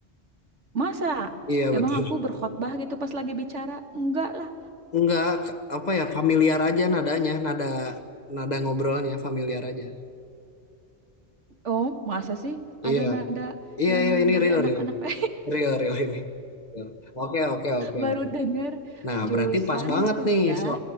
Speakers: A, on the right (about 85°); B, on the left (about 40°).
A: Masa?
B: Iya
A: Emang
B: betul.
A: aku berkhotbah gitu pas lagi bicara? Enggak lah.
B: Nggak apa ya familiar aja nadanya, nada nada ngobrolnya familiar aja.
A: Oh, masa sih
B: Iya,
A: ada nada
B: iya,
A: yang
B: iya ini
A: dari
B: real
A: anak-anak
B: real,
A: <laughs>
B: real real ini. Real. Oke oke oke
A: baru
B: oke.
A: dengar
B: Nah,
A: jurusan
B: berarti pas banget
A: kuliah
B: nih so